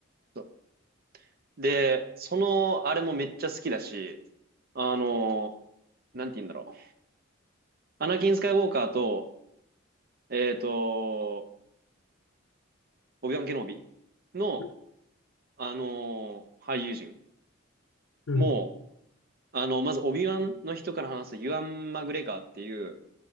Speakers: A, on the right; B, on the left.
A: そうで、その、あれもめっちゃ好きだし、あの、なんて言うんだろう。アナキン・スカイウォーカーと、えっと、オビワン・ケノービの、
B: う
A: あの、俳優陣
B: うん、
A: も、あの、まず、オビワンの人から話すユアン・マグレガーっていう、